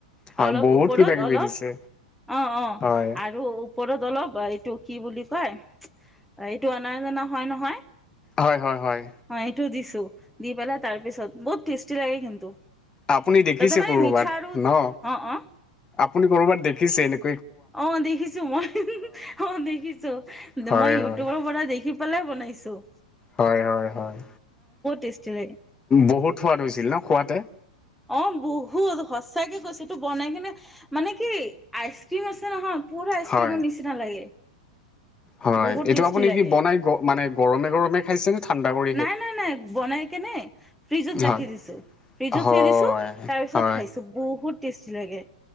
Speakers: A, on the left; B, in the centre.
A: হয়
B: অলপ
A: বহুত
B: ওপৰত
A: কিবা কিবি
B: অলপ
A: দিছে
B: - অ' অ'
A: হয়
B: আৰু - ওপৰত অলপ এইটো কি বুলি কয় এইটো অনাজনা হয় নহয় -
A: হয়, হয়, হয়।
B: অ' এইটো দিছো, দি পেলাই তাৰ পিছত বহুত টেষ্টি লাগে কিন্তু।
A: আপুনি দেখিছে
B: তাতে মানে
A: কৰবাত
B: মিঠা আৰু
A: ন?
B: অ অ
A: আপুনি কৰবাত দেখিছে এনে
B: অ' দেখিছো মই অ' দেখিছো
A: হয়
B: মই ইউটিউবৰ
A: হয়
B: পৰা দেখ খি পেলাই বনাইছো।
A: হয়, হয়, হয়।
B: টেষ্টি লাগে
A: বহুত সোৱাদ হৈছিল ন খোৱাতে?
B: অ' বহুত সঁচাকে কৈছে এইটো বনাই কিনে মানে কি আইচ ক্ৰীম আছে নহয় - পুৰা আইচক্ৰীমৰ
A: হয়
B: নিচিনা লাগে।
A: হয়।
B: বহুত
A: এইটো
B: টেষ্টি
A: আপুনি
B: লাগে
A: কি বনাই মানে গৰমে গৰমে খাইছে নে ঠাণ্ডা কৰি -
B: নাই নাই নাই বনাই কেনে ফ্ৰিজত
A: হয়
B: ৰাখি দিছো। ফ্ৰিজট
A: হয়
B: থৈ দিছো, তাৰপিছত
A: হয়
B: খাইছো বহুত টেষ্টি লাগে।